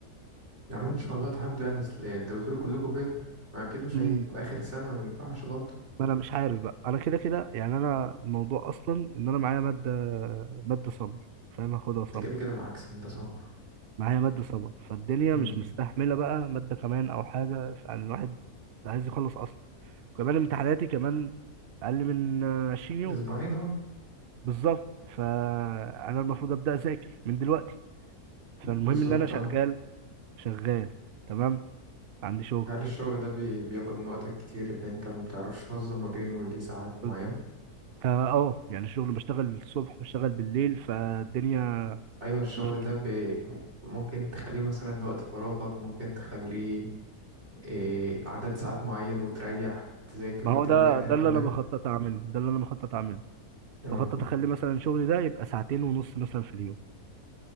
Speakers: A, on the right (about 45°); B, on the right (about 75°).
A: يا عم ان شاء الله تعدوا يعني اصل انتوا بتقولوا كلكم كده اكيد مش
B: امم
A: هي واخر سنة ما ينفعش برضه
B: ما انا مش عارف بقى انا كده كده يعني انا الموضوع اصلا ان انا معايا ماده ماده سمر فاهم هاخدها
A: انت
B: سمر
A: كده كده معاك سنة ده صور
B: معايا ماده سمر فالدنيا
A: امم
B: مش مستحمله بقى ماده كمان او حاجه يعني الواحد ده عايز يخلص اصلا كمان امتحاناتي كمان اقل من 20 يوم
A: اسبوعين آه.
B: بالظبط فانا المفروض ابدا اذاكر من دلوقتي فالمهم
A: بالظبط
B: ان انا شغال
A: اه
B: شغال تمام عندي شغل
A: هل الشغل ده بي... بياخد من وقتك كتير اللي انت ما بتعرفش تنظم ما بينه ليه ساعات معينة
B: ب- فا اه يعني الشغل بشتغل الصبح بشتغل بالليل فالدنيا
A: ايوه الشغل
B: مفيش
A: ده بي... ممكن تخليه مثلا وقت فراغك ممكن تخليه إيه... عدد ساعات معين وتريح تذاكر
B: ما
A: وترجع
B: هو ده
A: تاني
B: ده
A: تكمله
B: اللي انا بخطط اعمله ده اللي انا بخطط اعمله
A: اه
B: بخطط اخلي مثلا شغلي ده يبقى ساعتين ونص مثلا في اليوم